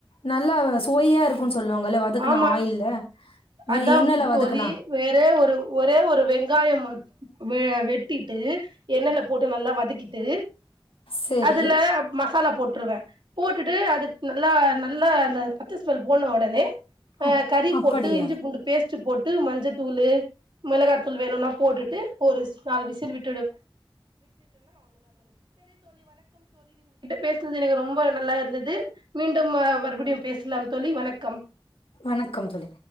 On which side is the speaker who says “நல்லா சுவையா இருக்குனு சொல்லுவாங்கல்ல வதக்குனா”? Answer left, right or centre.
Left